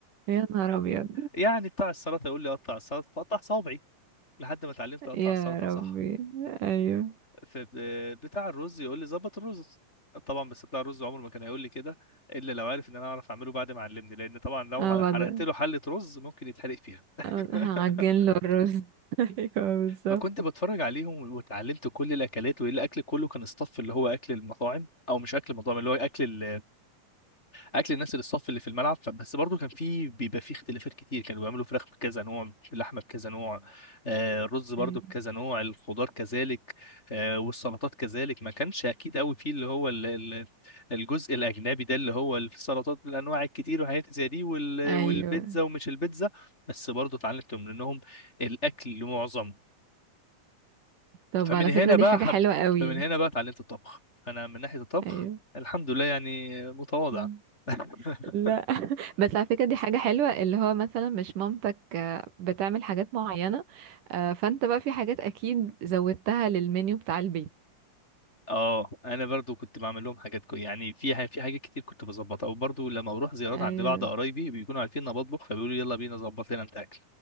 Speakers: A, on the right (about 75°); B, on the left (about 20°).
A: يا نهار ابيض
B: يعني بتاع السلطه يقول لي قطع السلطه فاقطع صوابعي لحد ما اتعلمت اقطع
A: يا
B: السلطه
A: ربي
B: صح
A: ايوه
B: في بتاع الرز يقول لي ظبط الرز طبعا بس بتاع الرز عمره ما كان هيقول لي كده الا لو عارف ان انا اعرف اعمله بعد ما علمني لان طبعا لو
A: اه بعد
B: حرقت له حله رز ممكن يتحرق فيها <laughs>
A: اه هعجن له الرز <laughs> ايوه بالظبط
B: فكنت بتفرج عليهم واتعلمت كل الاكلات والاكل كله كان اصطف اللي هو اكل المطاعم او مش اكل المطاعم اللي هو اكل اكل الناس اللي الصف اللي في الملعب فبس برضو كان في بيبقى في اختلافات كتير كانوا بيعملوا فراخ بكذا نوع اللحمه بكذا نوع آه، الرز برضو
A: ايوه
B: بكذا نوع الخضار كذلك آه، والسلطات كذلك ما كانش اكيد قوي فيه اللي هو ال- ال- الجزء الاجنبي ده اللي هو السلطات بالانواع الكتير وحاجات زي دي وال-
A: أيوة.
B: والبيتزا ومش البيتزا بس برضو اتعلمت منهم الاكل معظم
A: طب
B: فمن
A: على
B: هنا
A: فكرة
B: بقى
A: دي حاجة
B: حب
A: حلوة قوي
B: فمن هنا بقى اتعلمت الطبخ فانا من ناحيه الطبخ
A: ايوه
B: الحمد لله يعني متواضع
A: مم.
B: <laughs>
A: لا بس على فكرة دي حاجة حلوة اللي هو مثلا مش مامتك آه، بتعمل حاجات معينة آه، فانت بقى في حاجات اكيد زودتها للمنيو بتاع البيت
B: اه انا برضو كنت بعمل لهم حاجات كو يعني في ح- في حاجات كتير كنت بظبطها وبرضو لما بروح زيارات
A: ايوه
B: عند بعض قرايبي بيكونوا عارفين ان انا بطبخ فبيقولوا يلا بينا ظبط لنا انت اكل